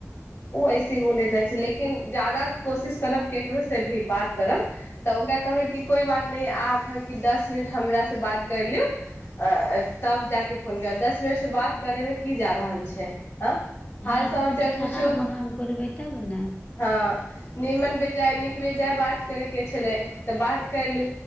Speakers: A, on the left; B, on the left.
A: ओ ऐसे हि बोले रहै छै लेकिन जादा कोशिश करब केकरो से भी बात करब तऽ ओकरा कहबै कि कोइ बात नहि आब हइ कि दस मिनट हमरा स बात कैर लियौ। अं अ तब जाके फोन करत दस मिनट से बात करै मे की जा रहल छै आँ।
B: हँ
A: हाल समाचार
B: कुछ खराब
A: पूछू
B: अहाँ क बोलबै तब ने।
A: हँ नीमन बेजाए नीक बेजाए बात करयके छलै तऽ बात कैर लू।